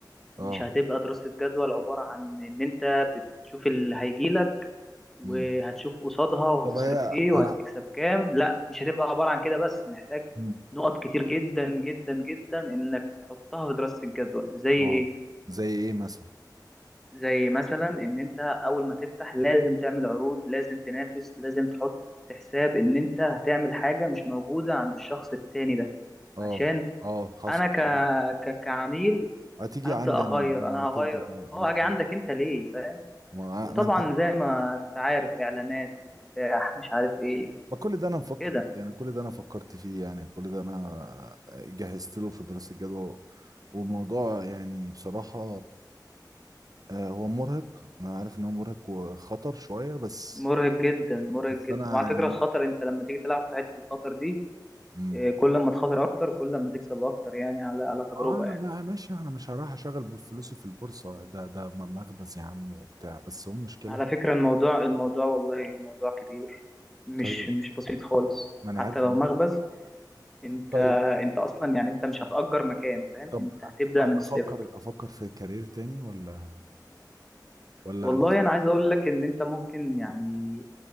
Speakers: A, on the right; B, in the centre.
A: اه
B: مش هتبقى دراسه جدول عباره عن ان انت بتشوف اللي هيجيلك وهتشوف
A: امم
B: قصادها وهتصرف
A: طب هي
B: ايه وهتكسب
A: انا
B: كام لا مش هتبقى عبارة عن كده بس محتاج
A: مم.
B: نقط كتير جدا جدا جدا انك تحطها في دراسة الجدوى زي
A: اه
B: ايه
A: زي ايه مثلا
B: زي مثلا ان انت اول ما تفتح لازم تعمل عروض لازم تنافس لازم تحط حساب ان انت هتعمل حاجة مش موجودة عند الشخص التاني ده
A: اه
B: عشان
A: اه حصل
B: انا ك...
A: فعلا
B: ك... كعميل
A: هتيجي
B: هبدأ
A: عندي
B: اغير
A: انا
B: انا
A: آه،
B: هغير
A: تبدا الله
B: اه هاجي
A: فعلا
B: عندك انت ليه فاهم
A: ما,
B: وطبعا
A: ما انت
B: زي ما انت عارف اعلانات افتتاح مش عارف ايه
A: ما كل ده انا مفكر
B: كده
A: يعني كل ده انا فكرت فيه يعني كل ده انا آه، جهزت له في دراسه الجدوى وموضوع يعني بصراحه آه، هو مرهق انا عارف ان هو مرهق وخطر شويه بس
B: مرهق جدا مرهق
A: بس
B: جدا
A: انا
B: وعلى
A: يعني
B: فكرة الخطر انت لما تيجي تلعب في حتة الخطر دي
A: امم
B: إيه، كل ما تخاطر اكتر كل ما تكسب اكتر يعني على على تجربة
A: اه
B: يعني
A: بقى ماشي انا مش هروح اشغل بول- فلوسي في البورصه ده ده م- مخبز يا عم وبتاع بس هو مشكله
B: على فكرة الموضوع الموضوع والله الموضوع كبير مش
A: طيب
B: مش بسيط خالص
A: ما انا
B: حتى
A: عارف
B: لو
A: إن-
B: مخبز انت
A: طيب
B: انت اصلا يعني انت مش هتأجر مكان فاهم
A: طب
B: انت هتبدأ
A: أ- افكر
B: من الصفر
A: افكر في كارير تاني ولا ولا
B: والله انا عايز اقول لك ان انت ممكن يعني